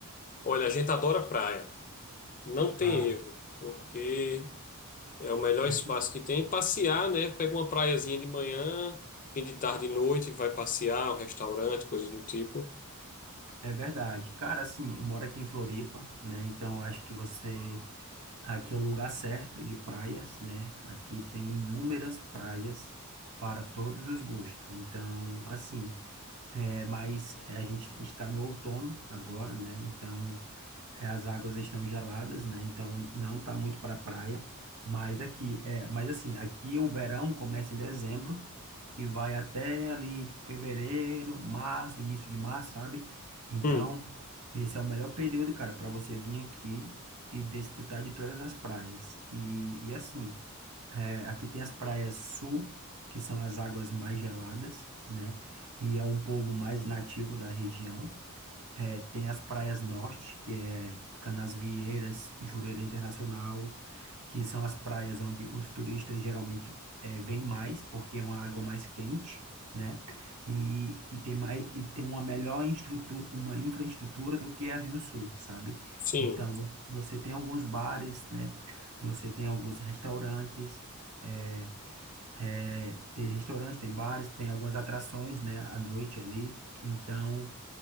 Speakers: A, on the left; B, on the right.
A: Olha, a gente adora praia. Não tem
B: Ah,
A: erro. Porque É o melhor
B: não,
A: espaço que tem. Passear, né? Pega uma praiazinha de manhã, fim de tarde e noite, vai passear, um restaurante, coisas do tipo.
B: é verdade. Cara, assim, eu moro aqui em Floripa, né? Então eu acho que você Aqui é o lugar certo de praias, né? Aqui tem inúmeras praias para todos os gostos. Então, assim, é, mas é, a gente está no outono agora, né? Então, é, as águas estão geladas, né? Então, não está muito para praia. Mas aqui é, mas assim, aqui o verão começa em dezembro e vai até ali fevereiro, março, início de março, sabe? Então,
A: Hum,
B: esse é o melhor período, cara, para você vir aqui e desfrutar de todas as praias. E, e assim, é, aqui tem as praias sul, que são as águas mais geladas, né? E é um povo mais nativo da região. É, tem as praias norte, que é Canasvieiras, Jurerê Internacional, que são as praias onde os turistas geralmente é, vêm mais, porque é uma água mais quente, né? E, e tem mais, e tem uma melhor instrutu- uma infraestrutura do que as do sul, sabe?
A: sim.
B: Então, vo- você tem alguns bares, né? Você tem alguns restaurantes, é, é, tem restaurante, tem bares, tem algumas atrações, né? À noite ali. Então,